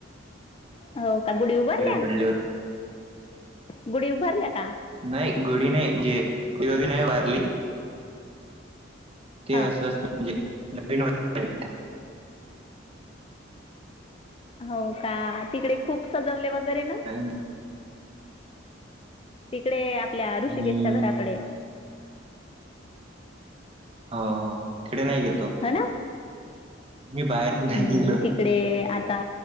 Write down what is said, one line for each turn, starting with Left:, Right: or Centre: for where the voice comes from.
Left: हो का गुडी उभारल्या
Right: वगैरे थोडले होते
Left: गुढी उभारल्या का
Right: नाही गुढी नाही जे गुढी वगैरे नाही उभारली ते
Left: हा
Right: असंच म्हणजे नवीन वाटतं.
Left: हो का तिकडे खूप सजवले वगैरे ना
Right: हम्म.
Left: तिकडे आपल्या ऋषिकेशच्या
Right: मी
Left: घराकडे.
Right: हो हो तिकडे नाही गेलतो.
Left: है ना.
Right: मी बाहेर नाही
Left: हम्म
Right: निघलो होतो.
Left: तिकडे आ -ता